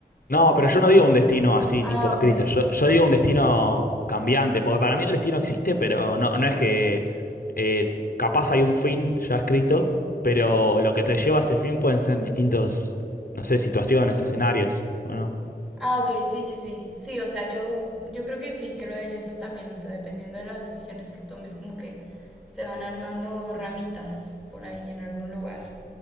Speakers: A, on the left; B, in the centre.
A: No,
B: O sea,
A: pero yo no digo un destino así,
B: ah,
A: tipo escrito.
B: ok.
A: Yo, yo digo un destino cambiante, porque para mí el destino existe, pero no, no es que eh, capaz hay un fin ya escrito, pero lo que te lleva a ese fin pueden ser distintos, no sé, situaciones, escenarios, ¿o no?
B: Ah, ok, sí, sí, sí. Sí, o sea, yo, yo creo que sí creo en eso también, o sea, dependiendo de las decisiones que tomes, como que se van armando ramitas por ahí en algún lugar,